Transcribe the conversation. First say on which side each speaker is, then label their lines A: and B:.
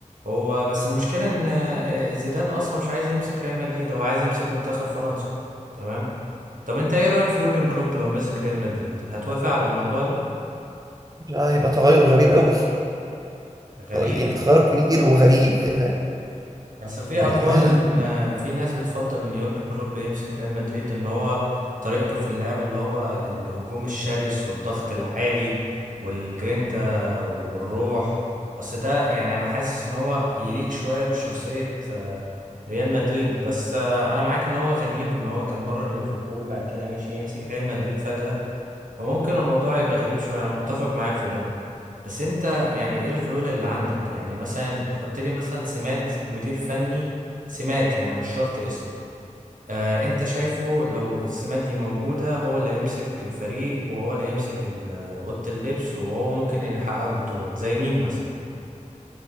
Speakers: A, on the right (about 80°); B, on the right (about 30°).
A: هو بس المشكلة ان آه، زيدان اصلا مش عايز يمسك ريال مدريد هو عايز يمسك منتخب فرنسا تمام طب انت ايه رأيك في يورجن كلوب لو مسك ريال مدريد هتوافق على الموضوع ده
B: مش عارف، هيبقى تغير غريب قوي
A: غريب
B: يعني تغير كبير وغريب فاهم
A: اصل في
B: يعني
A: اقوال
B: هل
A: ان إن في ناس بتفضل ان يورجن كلوب يمسك ريال مدريد ان هو طريقته في اللعب اللي هو الهجوم الشرس والضغط العالي والجرينتا والروح اصل ده يعني انا حاسس ان هو يليق شوية بشخصية آه، ريال مدريد بس آه، انا معاك ان هو غريب ان هو كان مرة ليفربول بعد كده مشي يمسك ريال مدريد فجأة فممكن الموضوع يبقى غريب شوية انا متفق معاك في ده بس انت يعني ايه الحلول اللي عندك يعني مثلا حط لي مثلا سمات مدير فني سمات يعني مش شرط اسم آه انت شايفه لو السمات دي موجودة هو اللي يمسك الفريق وهو اللي يمسك ال- آه، اوضة اللبس وهو ممكن اللي يحقق البطولات زي مين مثلا